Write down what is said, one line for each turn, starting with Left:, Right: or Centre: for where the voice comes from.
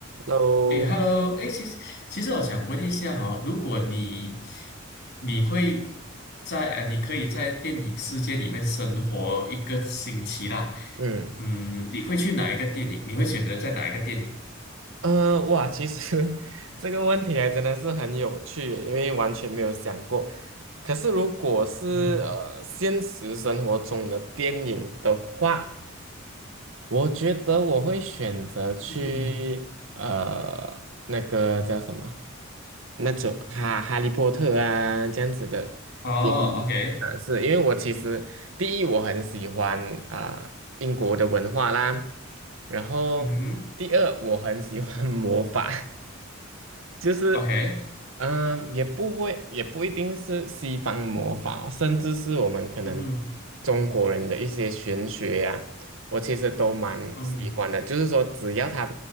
Right: 喽，
Left: 哎，Hello，哎，其实其实我想问一下哈、如果你你会在呃，你可以在电影世界里面生活一个星期啦，
Right: 嗯
Left: 嗯，你会去哪一个电影？你会选择在哪一个电影？<laughs>
Right: 呃，哇，其实 <laughs> 这个问题还真的是很有趣耶因为完全没有想过。可是如果是呃现实生活中的电影的话，
Left: 嗯哼哼
Right: 我觉得我会选择去呃那个叫什么，
Left: 嗯哼哼
Right: 那种哈哈利波特啊这样子的。
Left: 哦，OK，
Right: 电影，啊，是因为我其实第一我很喜欢啊、英国的文化啦，然后第二，
Left: 嗯哼
Right: 我很喜欢 <laughs> 魔法，就是
Left: ，OK，
Right: 嗯、呃也不会，也不一定是西方魔法哦甚至是我们可能中国人的一些玄学呀、
Left: 嗯哼，
Right: 我其实都蛮喜欢的。
Left: 嗯哼，
Right: 就是说，只要它